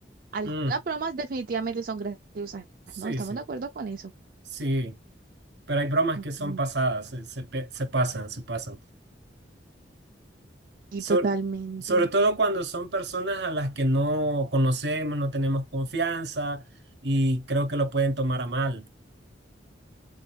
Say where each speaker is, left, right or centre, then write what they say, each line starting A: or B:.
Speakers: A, on the right; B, on the right.
A: Algunas
B: mm,
A: bromas definitivamente son graciosas,
B: sí,
A: ¿no? Estamos
B: sí,
A: de acuerdo con eso.
B: sí. pero hay bromas
A: Mm,
B: que son pasadas, se, se pe- se pasan, se pasan.
A: Y
B: So-
A: totalmente,
B: sobre todo cuando son personas a las que no conocemos, no tenemos confianza y creo que lo pueden tomar a mal.